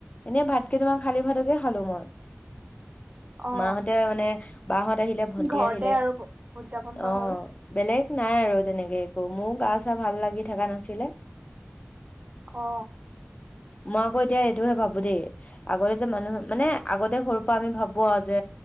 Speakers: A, on the left; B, on the right.
A: এনে ভাত কেইটামান খালি ভাতকে খালো মই।
B: অ
A: মা হতে মানে বা হত আহিলে ভণ্টি
B: ঘৰতে
A: আহিলে।
B: আৰু উদযাপন কৰা
A: অ'
B: হ'ল
A: বেলেগ নাই আৰু তেনেকে একো। মোৰ গা চা ভাল লাগি থকা নাছিলে।
B: অ
A: মই আকৌ এতিয়া এইটোহে ভাবো দেই। আগতে যে মানুহ মানে আগতে সৰুৰে পৰা আমি ভাবো আৰু যে